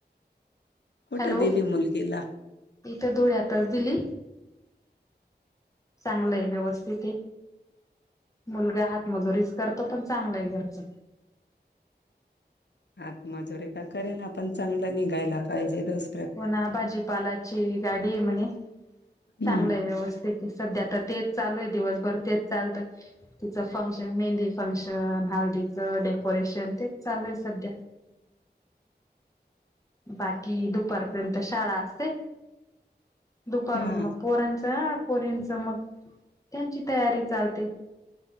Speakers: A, on the left; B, on the left.
A: कुठं
B: हॅलो
A: दिली मुलगीला.
B: इथं धुळ्यातच दिली. चांगलं आहे व्यवस्थित आहे मुलगा हातमजुरीच करतो पण चांगलय घरच.
A: हातमजुरी का करे ना पण चांगलं निघायला पाहिजे दुस
B: हो ना भाजीपालाची गाडी आहे म्हणे
A: हम्म
B: चांगलं आहे व्यवस्था. सध्या तर तेच चालू आहे दिवसभर तेच चालतं. तिचं फंक्शन मेहंदी फंक्शन हाळदीचं डेकोरेशन ते. चालू आहे सध्या बाकी दुख दुपारपर्यंत शाळा असते दुपारून
A: हा
B: मग पोरांच्या पोरीनंच मग त्यांची तयारी चालते.